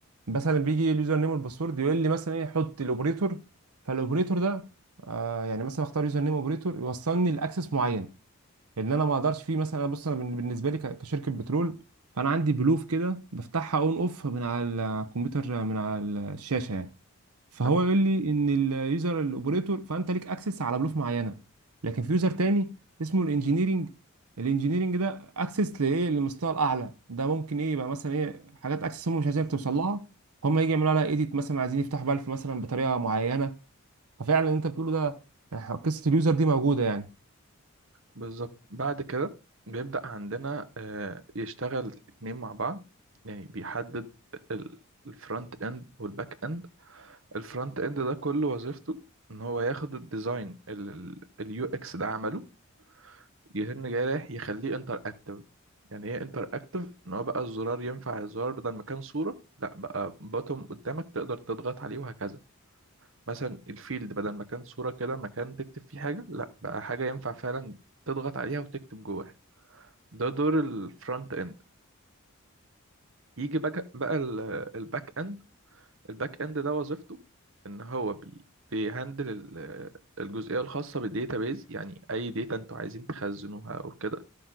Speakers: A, on the right; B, on the right.
A: مثلا بيجي اليوزر نيم والباسورد يقول لي مثلا ايه حط الاوبريتور فالاوبريتور ده آه يعني مثلا اختار يوزر نيم اوبريتور يوصلني لاكسس معين ان انا ما اقدرش فيه مثلا بص انا بن- بالنسبه لي ك- كشركه بترول انا عندي بلوف كده بفتحها اون اوف من على الكمبيوتر من على الشاشه يعني فهو
B: حلو
A: يقول لي ان اليوزر الاوبريتور فانت ليك اكسس على بلوف معينه لكن في يوزر تاني اسمه الانجينيرنج الانجينيرنج ده اكسس لايه للمستوى الاعلى ده ممكن ايه يبقى مثلا ايه حاجات اكسس هم مش عايزين توصل لها هم يجي يعملوا لها ايديت مثلا عايزين يفتحوا بالف مثلا بطريقه معينه ففعلا اللي انت بتقوله ده آه، قصه اليوزر دي موجوده يعني
B: بالظبط بعد كده بيبدأ عندنا آه، يشتغل اتنين مع بعض يعني بيحدد الفرونت اند والباك اند الفرونت اند ده كل وظيفته ان هو ياخد الديزاين اليو اكس ده عمله يتم جاي رايح يخليه انتر اكتف يعني ايه انتر اكتف ان هو بقى الزرار ينفع الزرار بدل ما كان صورة لا بقى بوتوم قدامك تقدر تضغط عليه وهكذا مثلا الفيلد بدل ما كان صورة كده مكان تكتب فيه حاجة لا بقى حاجة ينفع فعلا تضغط عليها وتكتب جواها ده دور الفرونت اند يجي بقى بقى الباك اند الباك اند ده وظيفته ان هو بي بيهندل ال- الجزئية الخاصة بالديتابيز يعني اي ديتا انتوا عايزين تخزنوها او كده